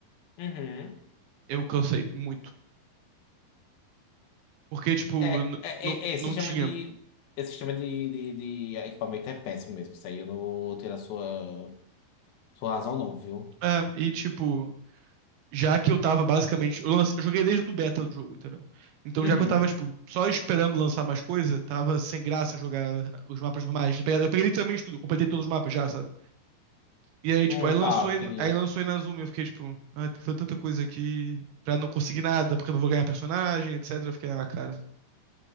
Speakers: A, on the left; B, on the right.
A: Uhum.
B: eu cansei muito. Porque, tipo,
A: É,
B: n-
A: é,
B: não
A: é, esse
B: não
A: sistema
B: tinha.
A: de. Esse sistema de, de, de equipamento é péssimo mesmo. Isso aí eu não vou ter a sua, sua razão, não, viu?
B: É, e, tipo. Já que eu tava basicamente. Eu, lance- eu joguei desde o beta do jogo, entendeu? Então,
A: Uhum.
B: já que eu tava, tipo, só esperando lançar mais coisa, tava sem graça jogar os mapas normais. Eu peguei, eu peguei literalmente tudo, completei todos os mapas já, sabe? E aí,
A: Hum,
B: tipo, aí lançou,
A: tá, entendi.
B: em- aí lançou Inazuma. Eu fiquei, tipo, ah, foi tanta coisa aqui pra não conseguir nada, porque eu não vou ganhar personagem, etc. Eu fiquei, ah, cara,